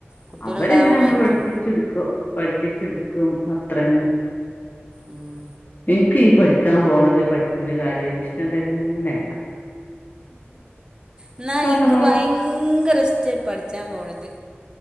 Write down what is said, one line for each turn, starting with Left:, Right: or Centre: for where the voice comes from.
Right: കുട്ടികളുണ്ടാവാൻ
Left: അവരെങ്ങനെ നമ്മള്
Right: വൈക്യോ
Left: പഠിപ്പിച്ചെടുക്കും പഠിപ്പിച്ചെടുക്കും അത്ര തന്നെ
Right: ഉം
Left: ഇൻക്ക് ഈ പഠിക്കാൻ പോണത് പഠിച്ചന്റെ കാര്യവും ഇഷ്ടം തന്നെല്ല
Right: എന്നാ
Left: അള്ളാ
Right: ഇനിക്ക് ഭയങ്കര ഇഷ്ട പഠിച്ചാൻ പോണത്